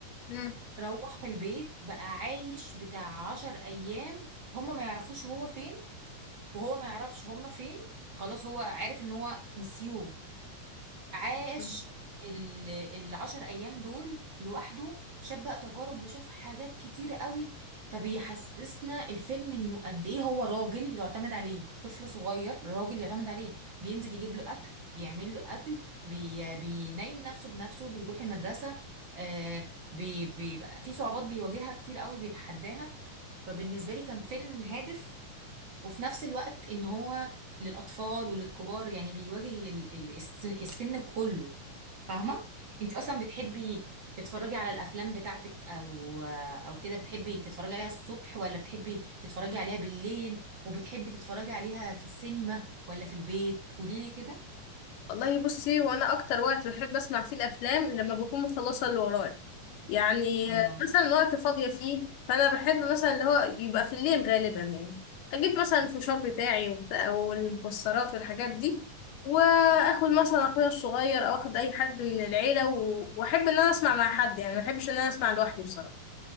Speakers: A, on the left; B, on the right.
A: مم.
B: روح في البيت بقى عايش بتاع عشر ايام هما ما يعرفوش هو فين وهو ما يعرفش هما فين خلاص هو عارف ان هو نسيوه عاش
A: مم.
B: ال- العشر ايام دول لوحده شاف بقى تجارب وشاف حاجات كتيرة قوي فبيحسسنا الفيلم انه قد ايه هو راجل يعتمد عليه طفل صغير راجل يعتمد عليه بينزل يجيب له اكل بيعمل له اكل بي بينيم نفسه بنفسه بيروح المدرسة آه بي بيبقى في صعوبات بيواجهها كتير قوي بيتحداها فبالنسبة لي كان فيلم هادف وفي نفس الوقت ان هو للاطفال وللكبار يعني بيواجه ال- ال- الس- السن كله فاهمه انت اصلا بتحبي تتفرجي على الافلام بتاعتك او او كده بتحبي تتفرجي عليها الصبح ولا بتحبي تتفرجي عليها بالليل وبتحبي تتفرجي عليها في السينما ولا في البيت قوليلي كده
A: والله بصي وانا اكتر وقت بحب اسمع فيه الافلام لما بكون مخلصه اللي ورايا يعني
B: اه
A: مثلا وقت فاضيه فيه فانا بحب مثلا اللي هو يبقى في الليل غالبا يعني اجيب مثلا الفشار بتاعي وبتاع- والمكسرات والحاجات دي واخد مثلا اخويا الصغير او اخد اي حد من العيله و- واحب ان انا اسمع مع حد يعني ما بحبش ان انا اسمع لوحدي بصراحه